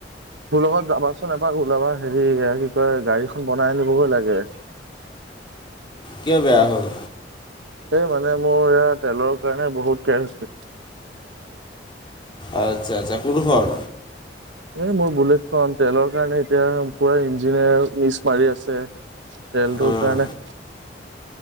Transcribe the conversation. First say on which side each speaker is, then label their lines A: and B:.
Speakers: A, on the right (about 75°); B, on the left (about 25°).
A: মোৰ লগত যাবাচোন এপাক ওলাবা হেৰি কি কয়? গাড়ীখন বনাই আনিবগৈ লাগে', <inaudible>
B: কিয় বেয়া হ'ল?
A: এই মানে মোৰ এয়া তেলৰ কাৰণে বহুত কেয়াৰ হৈছিলোঁ',
B: আচ্ছা- আচ্ছা', কোন ডোখৰ?
A: এই মোৰ বুলেট খন, তেলৰ কাৰণে এতিয়া পুৰা ইঞ্জিনে মিচ মাৰি আছে', তেলটো
B: উম,
A: কাৰণে?